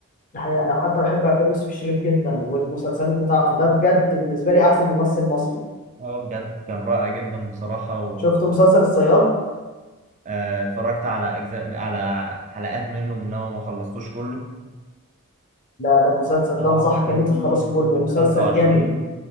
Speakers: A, on the left; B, on the right.
A: دي حقيقة انا حتى بحب افلام يوسف الشريف جدا والمسلسلات بتاعته ده بجد بالنسبة لي احسن ممثل مصري
B: اه بجد كان رائع جدا بصراحه و
A: شفت مسلسل الصياد
B: آه، اتفرجت على اجزاء على حلقات منه انما ما خلصتوش كله
A: لا ده مسلسل
B: طبعا
A: ده انصحك
B: كان
A: ان انت
B: في
A: تخلصه كله
B: كوفيد
A: مسلسل
B: 25
A: جامد